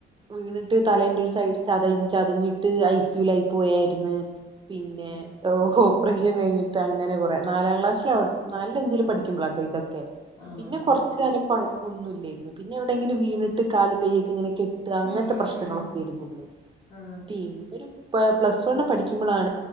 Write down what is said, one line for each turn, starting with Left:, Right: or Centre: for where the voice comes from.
Right: വീണിട്ട്
Left: ഉം
Right: തലേൻ്റെ ഒരു സൈഡ് ചത ചതഞ്ഞിട്ട് ഐ സി യുലായി പോയായിരുന്നു പിന്നെ
Left: ഉം
Right: ഓപറേഷൻ കഴിഞ്ഞിട്ട് അങ്ങനെ കുറേ നാലാം ക്ലാസിലേം നാലിലും അഞ്ചിലും പഠിക്കുമ്പളാട്ടോ ഇതൊക്കെ
Left: ആഹ്
Right: പിന്നെ കൊറച്ചു കാലം കൊഴപ്പമൊന്നും ഇല്ലായിരുന്നു പിന്നെ എവിടെങ്കിലും വീണിട്ട് കാലും കയ്യൊക്കെ ഇങ്ങനെ കെ അങ്ങനത്തെ
Left: ആഹ്
Right: പ്രശ്നങ്ങളൊക്കെ ഇരുന്നുള്ളൂ
Left: ആഹ്
Right: പിന്നൊരു പ്ലസ് വണ്ണ് പഠിക്കുമ്പളാണ്